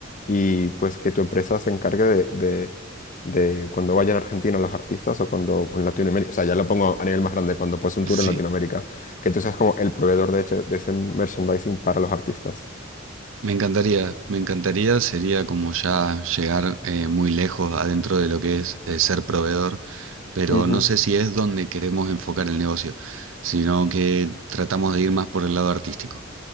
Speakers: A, on the left; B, on the right.
A: y pues que tu empresa se encargue de, de- de cuando vayan a Argentina los artistas o cuando en Latinoamérica, o sea, ya lo pongo a nivel más grande, cuando pues un
B: Sí.
A: tour en Latinoamérica, que tú seas como el proveedor de hecho de ese merchandising para los artistas.
B: Me encantaría, me encantaría, sería como ya llegar eh, muy lejos adentro de lo que es eh, ser proveedor pero
A: Ujú.
B: no sé si es donde queremos enfocar el negocio, sino que tratamos de ir más por el lado artístico.